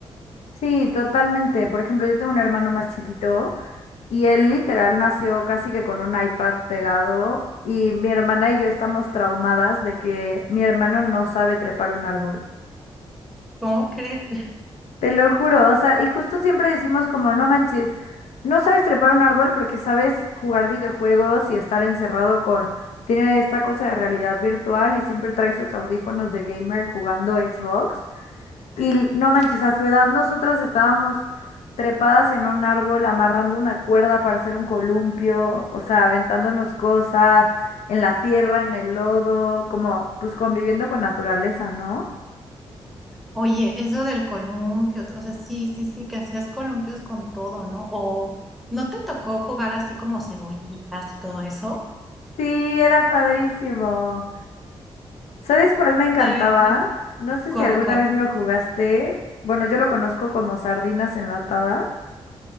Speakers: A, on the left (about 85°); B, in the centre.
A: Sí, totalmente. Por ejemplo, yo tengo un hermano más chiquito Y él literal nació casi que con un iPad pegado y mi hermana y yo estamos traumadas de que mi hermano no sabe trepar un árbol.
B: ¿Cómo crees? <laughs>
A: Te lo juro, o sea, y justo siempre decimos como, no manches, no sabes trepar un árbol porque sabes jugar videojuegos y estar encerrado con, tiene esta cosa de realidad virtual y siempre trae sus audífonos de gamer jugando Xbox. Y no manches, a su edad nosotras estábamos trepadas en un árbol, amarrando una cuerda para hacer un columpio, o sea, aventándonos cosas en la tierra, en el lodo, como pues conviviendo con naturaleza, ¿no?
B: Oye, eso del columpio, o sea, sí, sí, sí, que hacías columpios con todo, ¿no? O no te tocó jugar así como cebollitas y todo eso.
A: Sí, era padrísimo. ¿Sabes cuál me encantaba?
B: Te-
A: No sé
B: ¿Cuál,
A: si alguna
B: cuál?
A: vez lo jugaste. Bueno, yo lo conozco como sardinas enlatadas.